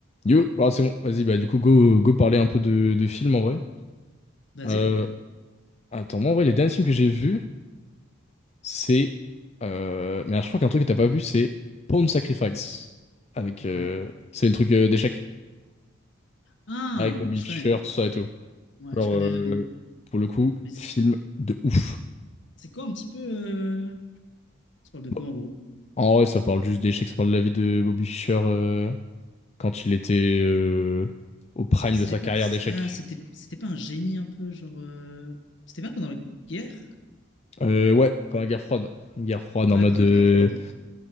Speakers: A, on the left; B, on the left.
A: Yo, ah, c'est bon, vas-y, bah du coup, go, go parler un peu de, de films en vrai.
B: Basé?
A: Euh, attends, moi en vrai, les derniers films que j'ai vus, c'est. euh, mais je crois qu'un truc que t'as pas vu, c'est Pawn Sacrifice. Avec,
B: C'est
A: euh,
B: quoi?
A: c'est le truc euh, d'échecs.
B: Ah,
A: Avec Bobby
B: je
A: Fischer,
B: connais.
A: tout ça et tout.
B: Ouais,
A: Alors,
B: je connais
A: euh,
B: le nom.
A: pour le coup,
B: Mais c-
A: film de ouf.
B: c'est quoi un petit peu... euh, On parle de
A: Bon,
B: quoi en gros?
A: en vrai, ça parle juste d'échecs, ça parle de la vie de Bobby Fischer euh, quand il était euh, au prime
B: C'est
A: de sa
B: pas...
A: carrière d'échecs.
B: Ah, c'était c'était pas un génie un peu, genre... euh, C'était pas pendant la guerre?
A: Euh, ouais, pendant la guerre froide. Une guerre froide
B: Ouais,
A: en mode.
B: pendant
A: euh,
B: la guerre froide.